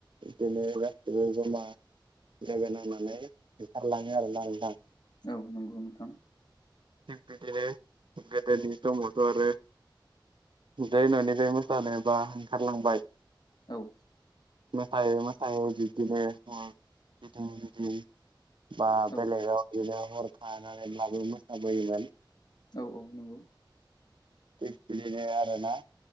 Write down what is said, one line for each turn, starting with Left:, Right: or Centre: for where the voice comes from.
Right: बिदिनो गासैबो जमा लोगो नांनानै ओंखारलाङो आरोना नोंथां
Left: औ नंगौ नोंथां
Right: थिग बिदिनो गोदोनि समावथ' आरो जै न'निफ्राय मोसानोबा ओंखारलांबाय
Left: औ
Right: मोसायै मोसायै बिदिनो ओ गिदिं गिदिं बा
Left: औ
Right: बेलेगाव बिदिनो हर थानानैब्लाबो मोसाबोयोमोन
Left: औ औ नंगौ
Right: बेनो आरो ना